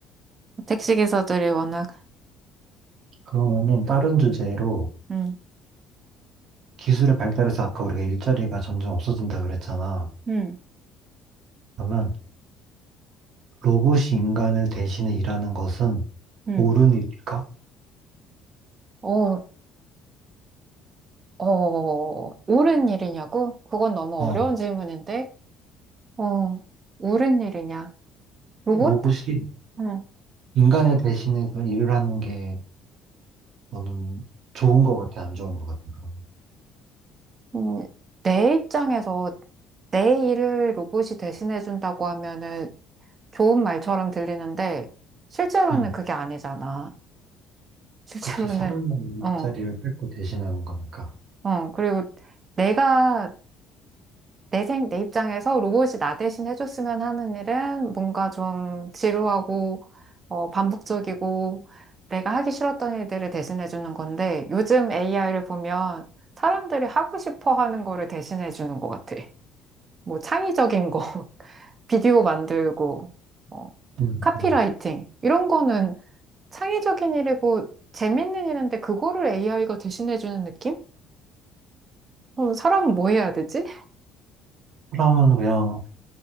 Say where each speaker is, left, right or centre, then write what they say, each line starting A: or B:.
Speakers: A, on the right (about 40°); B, on the right (about 60°).
A: 택시 기사들이 워낙,
B: 그러면은 다른 주제로
A: 음,
B: 기술의 발달에서 아까 우리가 일자리가 점점 없어진다 그랬잖아.
A: 응,
B: 그러면 로봇이 인간을 대신해 일하는 것은
A: 응.
B: 옳은 일일까?
A: 어, 어, 옳은 일이냐고? 그건 너무
B: 어,
A: 어려운 질문인데, 어, 옳은 일이냐? 로봇?
B: 로봇이
A: 응.
B: 인간을 대신해서 일을 하는 게 너는 좋은 것 같아, 안 좋은 것 같아, 그럼?
A: 음, 내 입장에서 내 일을 로봇이 대신해준다고 하면은 좋은 말처럼 들리는데, 실제로는
B: 응,
A: 그게 아니잖아. 실제로는,
B: 그치. 사람의
A: 어,
B: 일자리를 뺏고 대신하는 거니까.
A: 어. 그리고 내가, 내 생, 내 입장에서 로봇이 나 대신 해줬으면 하는 일은 뭔가 좀 지루하고, 어, 반복적이고, 내가 하기 싫었던 일들을 대신해주는 건데, 요즘 AI를 보면 사람들이 하고 싶어 하는 거를 대신해주는 것 같아. 뭐 창의적인 거. 비디오 만들고, 뭐,
B: 응,
A: 카피라이팅.
B: 응.
A: 이런 거는 창의적인 일이고 재밌는 일인데 그거를 AI가 대신해주는 느낌? 그럼 사람은 뭐 해야 되지?
B: 사람은 그냥